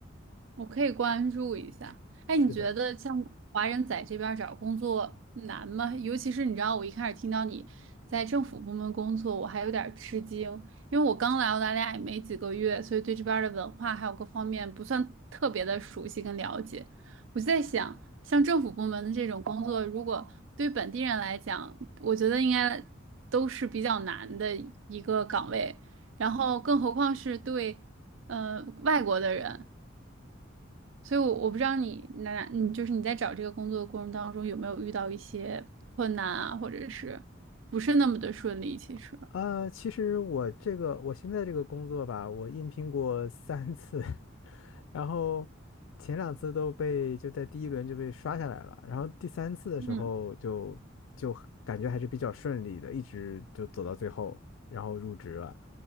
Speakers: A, on the right; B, on the left.
A: 我可以关注一下。哎，
B: 是的，
A: 你觉得像华人在这边儿找工作难吗？尤其是你知道，我一开始听到你在政府部门工作，我还有点儿吃惊，因为我刚来澳大利亚也没几个月，所以对这边儿的文化还有各方面不算特别的熟悉跟了解。我就在想，像政府部门的这种工作，如果对本地人来讲，我觉得应该都是比较难的一个岗位，然后更何况是对呃外国的人。所以我，我不知道你那，你就是你在找这个工作的过程当中有没有遇到一些困难啊，或者是不是那么的顺利？其实，
B: 啊，其实我这个我现在这个工作吧，我应聘过三次，然后前两次都被就在第一轮就被刷下来了，然后第三次的时候就就感觉还是比较顺利的，
A: 嗯，
B: 一直就走到最后，然后入职了。